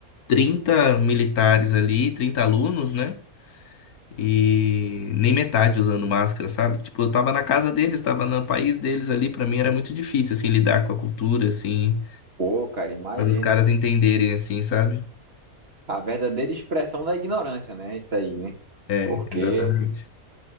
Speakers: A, on the left; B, on the right.
A: 30 militares ali, 30 alunos, né? e nem metade usando máscara, sabe? Tipo, eu tava na casa deles, tava no país deles ali, pra mim era muito difícil, assim, lidar com a cultura, assim,
B: Pô, cara, imagina.
A: fazer os caras entenderem, assim, sabe?
B: A verdadeira expressão da ignorância, né? Isso aí, né?
A: É,
B: Porque,
A: exatamente.